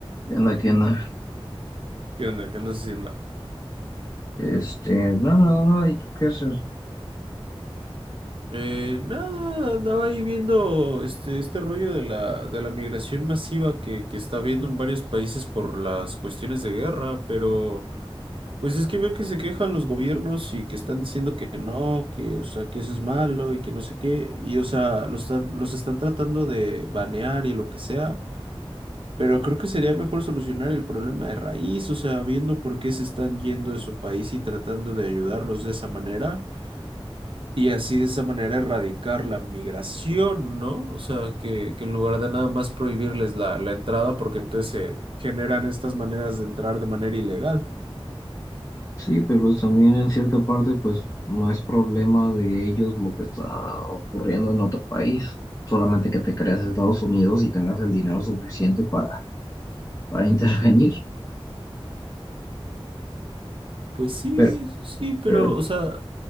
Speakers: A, on the left; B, on the right.
A: ¿Qué onda? ¿Qué onda?
B: ¿Qué onda? ¿Qué andas haciendo?
A: Este, no, no, no, ¿y tú qué haces?
B: Eh, nada, andaba ahí viendo este, este rollo de la, de la migración masiva que, que está habiendo en varios países por las cuestiones de guerra, pero pues es que veo que se quejan los gobiernos y que están diciendo que no, que, o sea, que eso es malo y que no sé qué, y o sea, los, están- los están tratando de banear y lo que sea, pero creo que sería mejor solucionar el problema de raíz, o sea, viendo por qué se están yendo de su país y tratando de ayudarlos de esa manera. Y así de esa manera erradicar la migración, ¿no? O sea, que, que en lugar de nada más prohibirles la, la entrada, porque entonces se generan estas maneras de entrar de manera ilegal.
A: Sí, pero pues también en cierta parte, pues no es problema de ellos lo que está ocurriendo en otro país, solamente que te creas Estados Unidos y tengas el dinero suficiente para, para intervenir.
B: Pues sí,
A: Pero,
B: sí, pero,
A: pero,
B: o sea,